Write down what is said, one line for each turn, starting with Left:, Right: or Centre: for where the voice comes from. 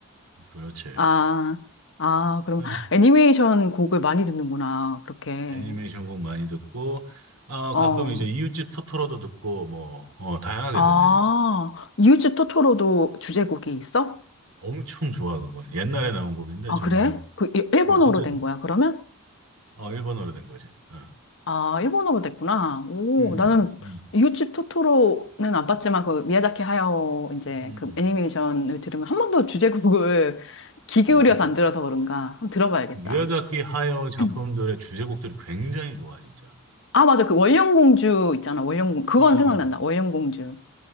Right: 그렇지.
Left: 아, 아, 그럼
Right: 아,
Left: 애니메이션 곡을 많이 듣는구나. 그렇게.
Right: 애니메이션 곡 많이 듣고, 아,
Left: 어.
Right: 가끔 이제 이웃집 토토로도 듣고, 뭐, 어, 다양하게
Left: 아,
Right: 듣네, 진짜.
Left: 이웃집 토토로도 주제곡이 있어?
Right: 엄청 좋아, 그건. 옛날에 나온 곡인데,
Left: 아,
Right: 정말,
Left: 그래? 그 일- 일본어로
Right: 어, 진짜
Left: 된
Right: 좋아.
Left: 거야, 그러면?
Right: 어, 일본어로 된 거지. 어.
Left: 아, 일본어로 됐구나. 오,
Right: 음,
Left: 나는
Right: 음,
Left: 이웃집 토토로는 안 봤지만 그 미야자키 하야오 이제
Right: 음.
Left: 그 애니메이션을 들으면 한 번도 주제곡을 <laughs> 귀
Right: 어,
Left: 기울여서 안 들어서 그런가. 한번 들어봐야겠다.
Right: 그 미야자키 하야오 작품들의
Left: <clears throat>
Right: 주제곡들이 굉장히 좋아, 진짜.
Left: 아, 맞아. 그 월령공주 있잖아. 월령공 그건
Right: 어,
Left: 생각난다. 월령공주.